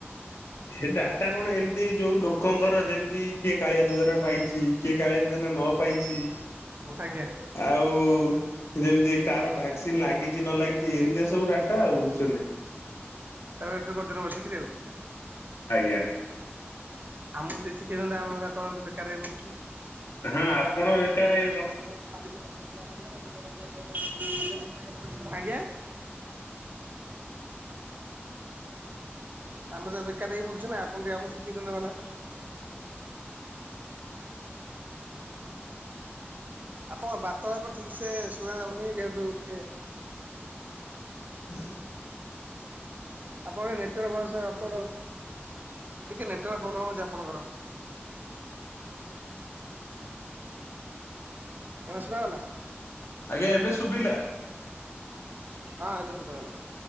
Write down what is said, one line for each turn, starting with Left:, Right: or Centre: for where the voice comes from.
Left: ଏ ଡାଟା କଣ ଏମିତି ଯୋଉ ଲୋକଙ୍କର ଯେମିତି କିଏ କାଳିଆ ଯୋଜନା ପାଇଛି। କିଏ କାଳିଆ ଯୋଜନା ନ ପାଇ ଛି
Right: ଆଜ୍ଞା
Left: ଆଉ ଯେମିତି କାର ଭାକ୍ସିନ ଲାଗି ଛି ନ ଲାଗିଛି। ଏମିତିଆ ସବୁ ଡାଟା ଆଉ ବୁଝୁଛନ୍ତି।
Right: ତା <unintelligible> ଏଣ୍ଟ୍ରି କରୁଛ ତମେ ବସିକିରି ଆଉ
Left: ଆଜ୍ଞା
Right: ଆମକୁ ଟିକେ ଶିଖେଇ ଦିଅନ୍ତୁ ଆମେ ଏଗୁଡା କରନ୍ତୁ ବେକାରିଆ ହେଇ ବୁଲୁଚୁ।
Left: ହଁ ଆପଣ ବେକାର ହେବେ କଣ
Right: <unintelligible> ଆଜ୍ଞା ଆମେ ତ ବେକାର ହେଇକି ବୁଲଛୁ ନା ଆପଣ ଟିକେ ଆମକୁ ଶିଖିେଇଦିଅନ୍ତେ ଭଲା ଆପଣଙ୍କ ବାର୍ତାଳାପ ଠିକ ସେ ଶୁଣା ଯାଉନି ନେଟ୍ କୁ ଟିକେ
Left: ହ <unintelligible>
Right: ଆପଣଙ୍କ ଟିକେ ନେଟୱାର୍କ ଭଲସେ ଆପଣ ଟିକେ ନେଟୱର୍କ ପ୍ରୋବ୍ଲେମ ହଉଛି ଆପଣଙ୍କର? ଏବେ ଶୁଣାଗଲା।
Left: ଆଜ୍ଞା ଏବେ ଶୁବିଲା?
Right: ହଁ ଏବେ ଶୁବା ଗଲା।